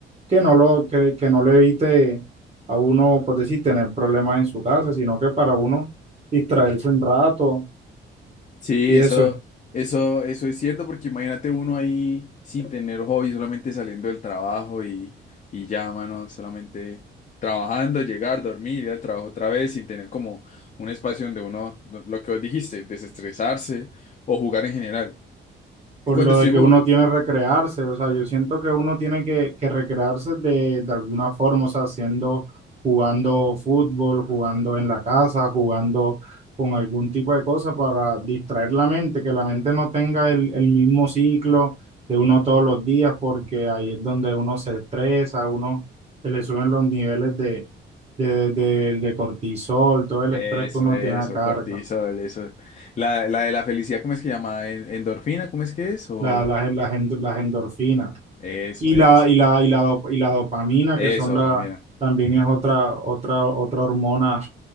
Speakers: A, on the right; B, on the left.
A: que no lo, que, que no le evite a uno, por decir, tener problemas en su casa, sino que para uno distraerse un rato
B: Sí,
A: y
B: eso,
A: eso.
B: eso, eso es cierto, porque imagínate uno ahí sin tener hobby, solamente saliendo del trabajo y, y ya, mano, solamente trabajando, llegar, dormir, ir al trabajo otra vez, sin tener como un espacio donde uno, lo lo que vos dijiste, desestresarse o jugar en general.
A: por
B: Y Cuando
A: lo
B: estoy...
A: de que
B: bu-
A: uno tiene que recrearse, o sea, yo siento que uno tiene que, que recrearse de, de alguna forma, o sea, haciendo, jugando fútbol, jugando en la casa, jugando con algún tipo de cosa para distraer la mente, que la mente no tenga el, el mismo ciclo de uno todos los días, porque ahí es donde uno se estresa, a uno se le suben los niveles de, de, de, de cortisol, todo el
B: Eso,
A: estrés que uno
B: eso,
A: tiene a cargo,
B: cortisol, eso. La, la de la felicidad, ¿cómo es que llama? ¿En- ¿Endorfina? ¿Cómo es que es? O
A: la, las, las, las endorfinas.
B: eso,
A: Y
B: eso,
A: la, y la, y la, dop- y la dopamina,
B: eso,
A: que son
B: dopamina.
A: la, también es otra, otra, otra hormona